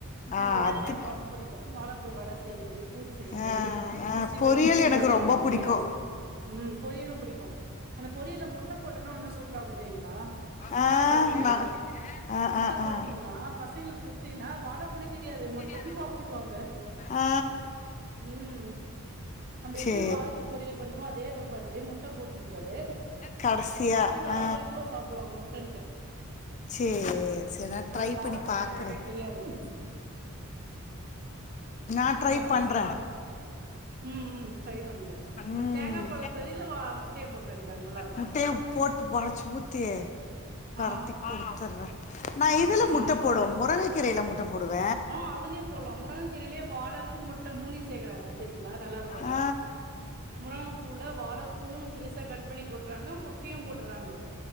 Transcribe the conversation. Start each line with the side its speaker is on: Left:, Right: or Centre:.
Right: எனக்கு
Left: ஆ
Right: வாழப்பூன்னா
Left: அது
Right: ரொம்ப புடிக்கும் வாழப்பூல வட செய்ற்து கூட்டு செய்ற்து
Left: ஆ ஆ
Right: சிக்ஸ் ஸ்ட்டிபை
Left: பொரியல்
Right: போட்றது
Left: எனக்கு ரொம்ப
Right: அந்த
Left: புடிக்கு
Right: மாரிலா ம் பொரியலும் புடிக்கும் அந்த பொரியல்ல முட்ட போட்டோம்னா இன்னு சூப்பரா இருக்கும் தெரியுங்ளா
Left: ஆ
Right: தேங்கா பதிலு
Left: நா ஆ
Right: முட்ட
Left: ஆ
Right: போட்டீங்ன்னா பசங்ளுக்கு கு த்தின்னா வாழப்பூனே தெரியாது முட்டன்
Left: ஆ
Right: சாப்ட்டுக்குவாங்க
Left: ஆ
Right: ம் நம்ப எப்டி
Left: சே
Right: வாழப்பூ பொரியல் பண்றமோ அதே மாரி பண்ட்டு முட்ட போட்டுன் பாரு
Left: கடசியா
Right: பசங்க
Left: ஆ
Right: அவ்ளோ இதுவா சாப்டுவாங்க முட்டன்ட்டு
Left: சேர் சேரி நா ட்ரை
Right: அது வாழப்பூனே
Left: பண்ணி பாக்குறே
Right: நெறைய பேருக்கு தெரியாது ம் ம்
Left: நா
Right: அந்த
Left: ட்ரை
Right: மாரிலா
Left: பண்ற
Right: செய் ம் ம் ட்ரை பண்ணுங்க
Left: ம்
Right: தேங்கா பால் பதிலு வா முட்டைய போட்ருங்க பாரு நல்லா இருக்கு
Left: முட்டய போட்டு ஒடச்சு ஊத்து பெரட்டி
Right: ஆ
Left: குடுத்துர்ற நா
Right: ஆமா
Left: இதுல
Right: அந்த
Left: முட்ட போடுவ முருங்க கீரயில முட்ட போடுவ
Right: அ அதுலயும் போல்லா முருங்க கீரையிலே வாழப்பூ முட்ட மூணயு சேக்கறாங்க அது தெரியங்ளா நல்லா இருக்கும் அதுவு
Left: ஆ
Right: முருங்கப்பூல வாழப்பூவும் சிறுசா கட் பண்ணி போட்றாங்க முட்டயும்‌ போட்டுறாங்கோ